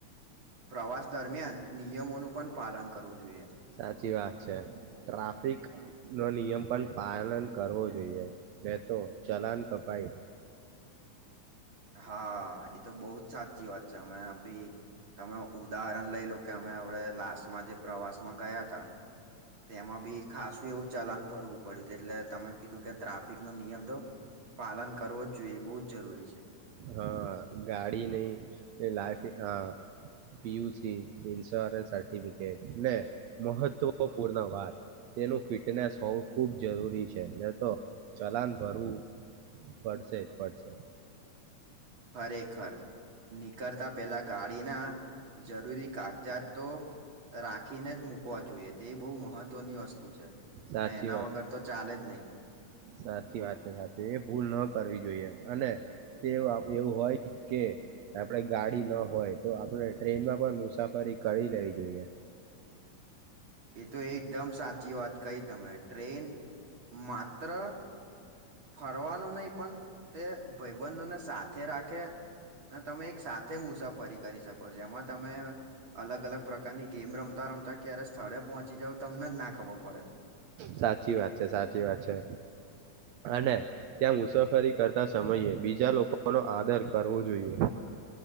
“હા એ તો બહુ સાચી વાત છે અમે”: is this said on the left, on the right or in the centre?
Right